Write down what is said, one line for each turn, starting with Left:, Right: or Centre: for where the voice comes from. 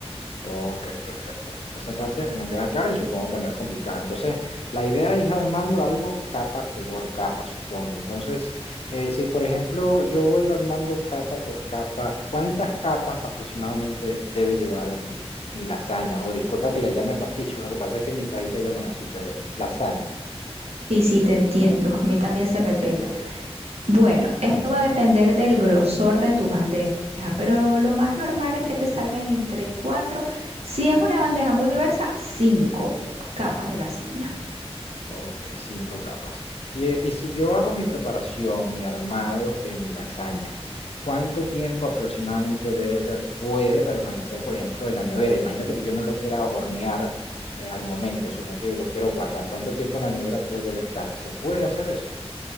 Left: ok, perfecto. Esa parte me queda clara y supongo que no es complicada. Entonces, la idea es ir armando algo capa co- por capa, supongo. Entonces, eh, si por ejemplo yo voy a ir armando capa por capa, ¿cuántas capas aproximadamente debe llevar mi, mi lasaña? O disculpa que le llame pasticho, lo que pasa es que en mi país le llaman así, pero lasaña.
Right: Sí, sí, te entiendo. A mí también se me pega. Bueno, esto va a depender del grosor de tu bandeja, pero lo más normal es que te salgan entre cuatro, si es una bandeja muy gruesa, cinco capas de lasaña.
Left: Ok, cinco capas. Y, eh, y si yo hago mi preparación, mi armado de mi lasaña, ¿cuánto tiempo aproximadamente debe per- puede permanecer, por ejemplo, en la nevera? Imagínate que yo no lo quiera hornear eh, al momento, sino que lo quiero guardar. ¿Cuánto tiempo en la nevera puede estar? ¿Se puede hacer eso?